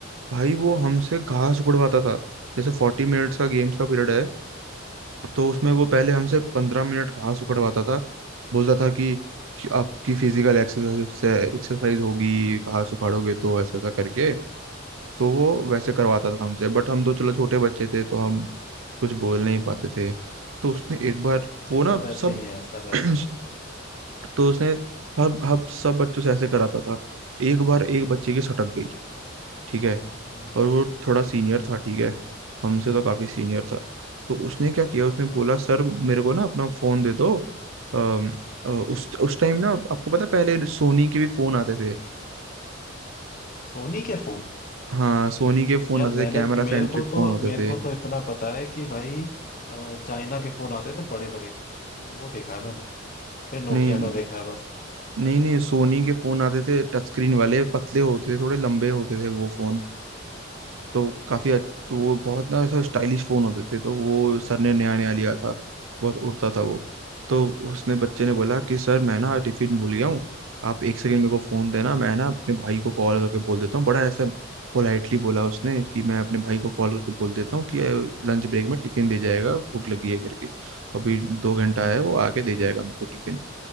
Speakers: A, on the right; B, on the left.
A: भाई वो हमसे
B: हाँ
A: घास उकड़वाता था जैसे फोर्टी मिनट्स का गेम्स का पीरियड है तो उसमें
B: हाँ
A: वो पहले हमसे पंद्रह मिनट घास उकड़वाता था बोलता था कि, कि आपकी फिजिकल एक्सरसाइज से एक्सरसाइज होगी घास उखाड़ोगे तो ऐसा ऐसा करके तो वो वैसे
B: हाँ,
A: करवाता था हमसे बट हम तो चलो छोटे बच्चे थे तो हम कुछ बोल नहीं पाते थे तो उसने एक बार वो
B: हाँ,
A: ना
B: सब ऐसे
A: सब
B: ही है सब
A: <clears throat>
B: ऐसे ही है
A: तो उसने हर हर सब बच्चों से ऐसे कराता था एक बार एक बच्चे की सटक गई ठीक है
B: हम्म
A: और वो थोड़ा सीनियर था ठीक है हमसे तो काफी सीनियर
B: हम्म,
A: था तो उसने क्या किया उसने
B: अच्छा
A: बोला सर मेरे को ना अपना फोन दे दो अम, अ, उस उस टाइम ना आपको पता है, पहले सोनी के भी फोन आते थे
B: सोनी के फोन
A: हाँ सोनी के फोन
B: यार
A: आते
B: मैंने
A: थे कैमरा सेंट्रिक
B: मेरे को तो
A: फोन होते
B: मेरे
A: थे
B: को तो इतना पता है कि भाई अ, चाइना के फोन आते थे बड़े बड़े से वो, वो देखा है मैंने फिर नोकिया
A: नहीं
B: का देखा है बस
A: नहीं नहीं सोनी के फोन आते थे टच स्क्रीन वाले पतले होते थे थोड़े लंबे होते थे वो फोन तो
B: नहीं
A: काफी
B: देखा
A: अच्छ-
B: भाई
A: तो वो बहुत ना ऐसा स्टाइलिश फोन होते थे तो वो सर ने नया नया लिया था बहुत उड़ता था वो तो उसने बच्चे
B: अच्छा
A: ने बोला कि सर मैं ना टिफिन भूल गया हूँ आप एक सेकंड मेरे को फोन देना मैं ना अपने भाई को कॉल करके बोल देता हूँ बड़ा ऐसा पोलाइटली बोला उसने कि मैं अपने भाई को कॉल करके बोल देता हूँ कि लंच ब्रेक में टिफिन दे जाएगा भूख लगी है करके अभी दो घंटा है वो आके दे जाएगा मेरे को टिफिन